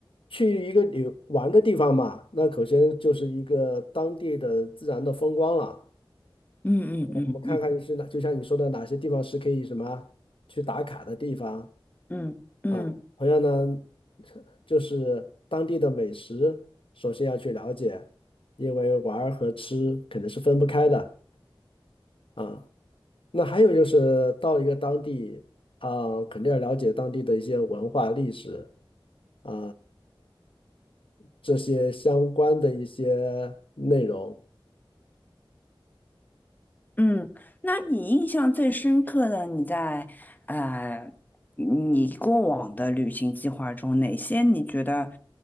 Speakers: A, on the left; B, on the left.
A: 去一个旅玩的地方嘛，那首先就是一个当地的自然的风光了。
B: 嗯嗯嗯嗯
A: 我们看看是哪，就像你说的，哪些地方是可以什么去打卡的地方
B: 嗯嗯
A: 啊？同样呢，就是当地的美食，首先要去了解，因为玩儿和吃肯定是分不开的啊。那还有就是到一个当地啊，肯定要了解当地的一些文化历史啊，这些相关的一些内容。
B: 嗯，那你印象最深刻的，你在呃你过往的旅行计划中，哪些你觉得